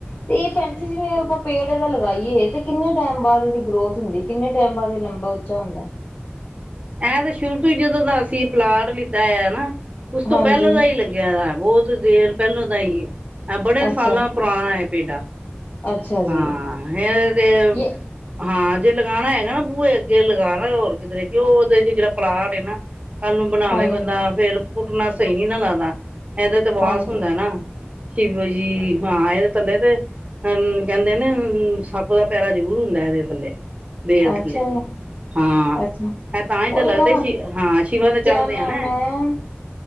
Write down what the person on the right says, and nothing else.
ਐਂ ਤਾਂ ਸ਼ੁਰੂ ਤੋਂ ਹੀ ਜਦੋਂ ਦਾ ਅਸੀਂ ਪਲਾਟ ਲਿੱਤਾ ਹੈ ਨਾ ਉਸ ਤੋਂ
ਪਹਿਲੋਂ ਦਾ ਹੀ ਲੱਗਿਆ ਬਹੁਤ ਦੇਰ ਪਹਿਲੋਂ ਦਾ ਹੀ ਹੈ ਬੜੇ
ਸਾਲਾਂ ਪੁਰਾਣਾ ਹੈ ਪੇਡਾ
ਹਾਂ ਇਹ ਤੇ
ਹਾਂ ਜੇ ਲਗਾਉਣਾ ਹੈਗਾ ਨਾ ਬੂਹੇ ਅੱਗੇ ਲਗਾਣਾ ਹੋਰ ਕਿਧਰੇ ਕਿ ਉਹਦੇ ਚ ਜਿਹੜਾ ਪਲਾਟ ਹੈ ਨਾ ਕੱਲ ਨੂੰ ਬਣਾਵੇ
ਬੰਦਾ ਫੇਰ ਪੁੱਟਣਾ ਸਹੀ ਨੀ ਨਾ ਲੱਗਦਾ ਇਹਦੇ ਤੇ ਵਾਸ
ਹੁੰਦਾ ਨਾ ਸ਼ਿਵ ਜੀ ਹਾਂ ਇਹਦੇ ਥੱਲੇ ਤੇ ਅ ਕਹਿੰਦੇ ਨਾ ਸੱਪ ਦਾ ਪੈਰਾ ਜ਼ਰੂਰ ਹੁੰਦਾ ਇਹਦੇ ਥੱਲੇ ਬੇਲ ਥੱਲੇ
ਹਾਂ
ਇਹ ਤਾਂ ਹੀ
ਤੇ ਲੱਗਦੇ
ਸੀ ਹਾਂ ਸ਼ਿਵਾ ਤੇ ਚੜ੍ਹਦੇ
ਆ ਨਾ